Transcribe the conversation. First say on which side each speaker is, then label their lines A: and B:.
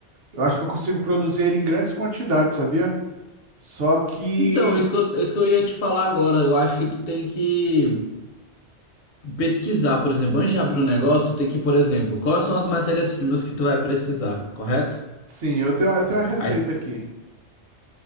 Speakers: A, on the right; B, on the left.
A: Eu acho que eu consigo produzir ele em grandes quantidades, sabia? Só que,
B: Então, isso que eu, isso que eu ia te falar agora, eu acho que tu tem que pesquisar, por exemplo, antes de abrir um negócio, tu tem que, por exemplo, quais são as matérias-primas que tu vai precisar, correto?
A: sim, eu tenho, eu tenho uma receita
B: Aí tu
A: aqui,